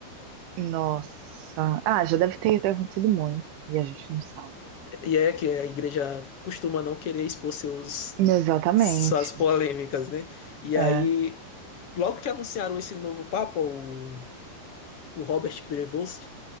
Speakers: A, on the right (about 80°); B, on the left (about 45°).
A: Nossa. Ah, já deve ter acontecido muito. E a gente não sabe.
B: E é que a igreja costuma não querer expor seus,
A: Exatamente.
B: suas polêmicas, né? E
A: É.
B: aí, logo que anunciaram esse novo papa, o o Robert Prevost,